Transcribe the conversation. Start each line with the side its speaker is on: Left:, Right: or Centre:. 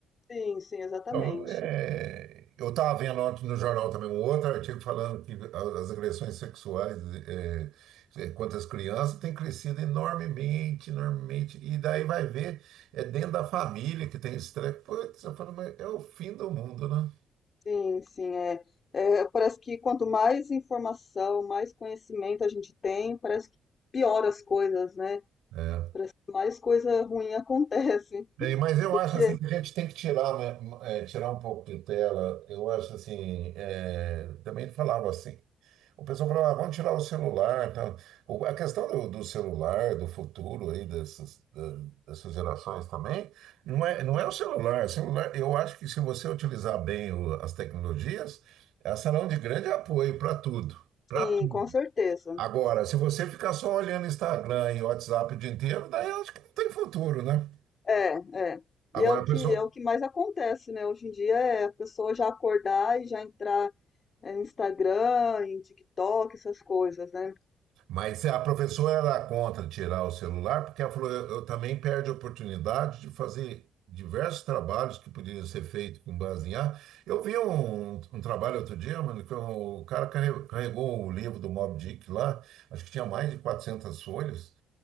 Left: Sim, sim, exatamente.
Right: Então, eh, eu estava vendo ontem no jornal também um outro artigo falando que a- as agressões sexuais eh, eh, contra as crianças têm crescido enormemente, enormemente, e daí vai ver, é dentro da família que tem esse treco. Putz, eu falo, mas é o fim do mundo, né?
Left: Sim, sim, é. É, Parece que quanto mais informação, mais conhecimento a gente tem, parece que piora as coisas, né?
Right: É.
Left: Mais coisa ruim <laughs> acontece.
Right: Bem, mas eu
Left: Porque,
Right: acho assim que a gente tem que tirar, né, é, tirar um pouco de tela. Eu acho assim, é, também falava assim. O pessoal falava, ah, vamos tirar o celular, tá? O- a questão do, do celular, do futuro aí dessas, da- dessas gerações também, não é, não é o celular. O celular, eu acho que se você utilizar bem o- as tecnologias, elas serão de grande apoio para tudo, para
Left: sim,
Right: tudo.
Left: com certeza.
Right: Agora, se você ficar só olhando Instagram e WhatsApp o dia inteiro, daí eu acho que não tem futuro, né?
Left: É, é.
Right: Agora,
Left: E é o
Right: a
Left: que
Right: pessoa-
Left: é o que mais acontece, né? Hoje em dia é a pessoa já acordar e já entrar é, no Instagram, em TikTok, essas coisas, né?
Right: mas a professora era contra tirar o celular, porque ela falou, eu, eu também perde a oportunidade de fazer diversos trabalhos que poderiam ser feitos com base em ar. Eu vi um, um trabalho outro dia, mano, que o cara carre- carregou o livro do Moby Dick lá, acho que tinha mais de quatrocentas folhas,